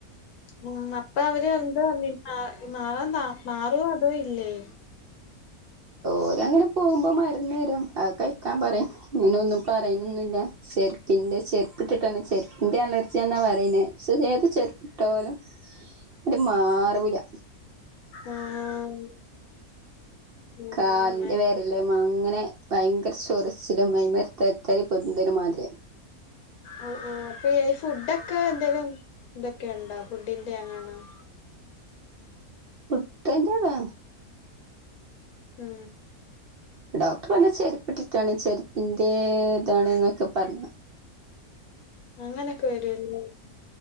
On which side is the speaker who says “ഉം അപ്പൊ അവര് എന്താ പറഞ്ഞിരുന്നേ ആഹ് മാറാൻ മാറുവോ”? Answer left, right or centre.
Left